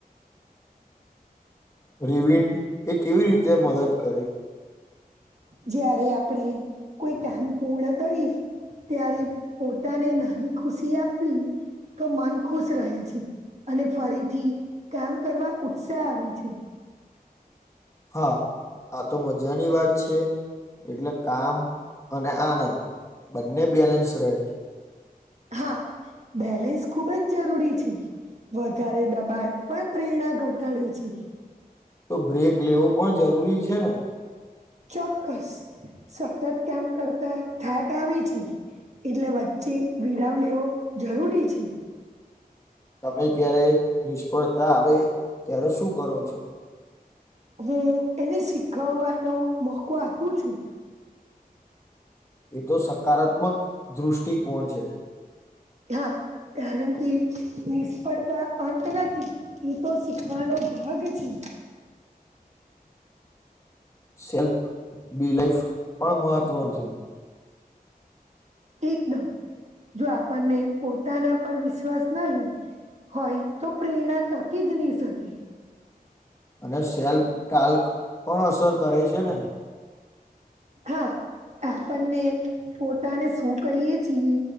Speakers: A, on the left; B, on the right.
A: રિવિન્ડ એ કેવી રીતે મદદ કરે
B: જયારે આપણે કોઈ કામ પૂર્ણ કરી ત્યારે પોતાને નાની ખુશી આપવી તો મન ખુશ રહે છે અને ફરીથી કામ કરવા ઉત્સાહ આવે છે
A: હા આ તો મજાની વાત છે એટલે કામ અને આનંદ બંને બેલેન્સ રહે
B: હા બેલેન્સ ખૂબ જ જરૂરી છે વધારે દબાણ પણ પ્રેરણા ઘટાડી છે
A: તો બ્રેક લેવું પણ જરૂરી છે ને
B: ચોક્કસ સતત કામ કરતા થાક આવે છે એટલે વચ્ચે વિરામ લેવો જરૂરી છે
A: તમે ક્યારે નિષ્ફળતા આવે ત્યારે શું કરો છો
B: હું એને શીખવવાનો મોકો આપું છું
A: એ તો સકારાત્મક દૃષ્ટિકોણ છે
B: હા કારણ કે નિષ્ફળતા અંત નથી એ તો શીખવાનો ભાગ છે
A: સેલ્ફ બી લાઈફ પણ મહત્વનું છે.
B: એકદમ જો આપણને પોતાના પર વિશ્વાસ નહી હોય તો પ્રેરણા તકી જ નહી શકે.
A: અને સેલ્ફ ટલ્ક પણ અસર કરે છે ને
B: હા આપને પોતાને શું કહીએ છીએ